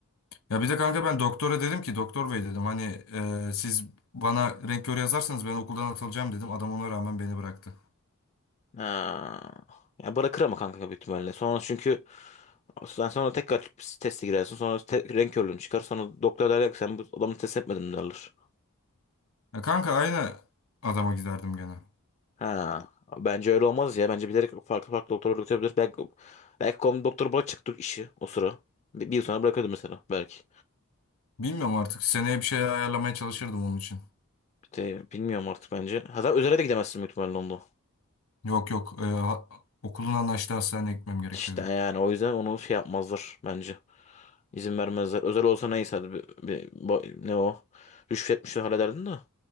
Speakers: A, on the left; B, on the left.
A: ya bir de kanka ben doktora dedim ki doktor bey dedim hani e, siz bana renk körü yazarsanız ben okuldan atılacağım dedim. Adam ona rağmen beni bıraktı.
B: Ha. Ya bırakır ama kanka büyük ihtimalle. Sonra çünkü sen sonra tekrar teste girersin. Sonra te- renk körlüğün çıkar. Sonra doktor derler ki sen bu adamı test etmedin derler.
A: Ya kanka aynı adama giderdim gene.
B: Ha, bence öyle olmaz ya. Bence bilerek farklı farklı doktorlar üretebilir. Belki, belki konu doktor bırakacaktık işi o sıra. Bir, bir yıl sonra bırakıyordu mesela belki.
A: Bilmiyorum artık seneye bir şey ayarlamaya çalışırdım onun için.
B: İşte bilmiyorum artık bence. Hatta özele de gidemezsin büyük ihtimalle onda.
A: Yok yok. Ee, ha- okulun anlaştığı hastaneye gitmem gerekiyordu.
B: İşte yani o yüzden onu şey yapmazlar bence. İzin vermezler. Özel olsa neyse hadi bir, bir- ba- ne o? Rüşvetmişler hallederdin de.